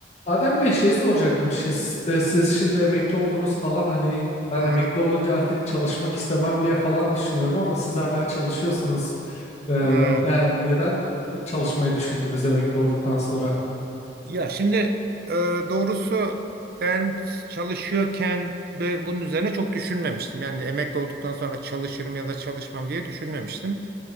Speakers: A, on the left (about 40°); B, on the right (about 60°).
A: Adem Bey şey soracaktım. Siz, e, siz şimdi emekli oldunuz falan hani ben
B: Hı
A: emekli
B: hı.
A: olunca artık çalışmak istemem diye falan düşünüyorum ama siz hala çalışıyorsunuz. Ee,
B: Hı.
A: yani neden çalışmayı düşündünüz emekli olduktan sonra?
B: Ya şimdi Ee, doğrusu ben çalışıyorken ve bunun üzerine çok düşünmemiştim. Yani emekli olduktan sonra çalışırım ya da çalışmam diye düşünmemiştim.